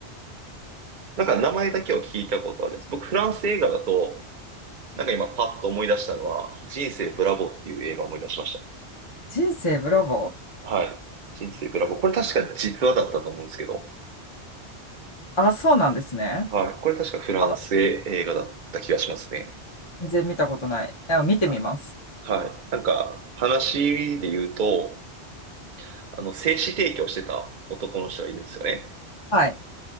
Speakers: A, on the right; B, on the left.
A: なんか名前だけは聞いたことあるんです。僕、フランス映画だと、なんか今パッと思い出したのは、人生ブラボーっていう映画を思い出しまし
B: 人生ブラボー。
A: た。はい。人生ブラボー。これ確か実話だったと思うんですけど、
B: あ、そうなんですね。
A: はい。これ確かフランス映画だった気がしますね。
B: あ全然見たことない。あ見てみます。
A: はい。はい。なんか、話で言うと、あの、精子提供してた男の人がいるんですよね。
B: はい。